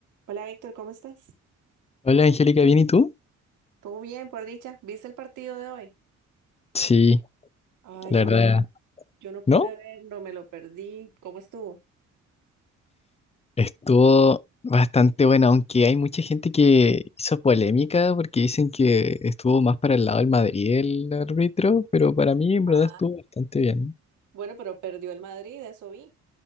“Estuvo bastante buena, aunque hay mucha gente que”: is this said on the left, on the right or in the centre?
Left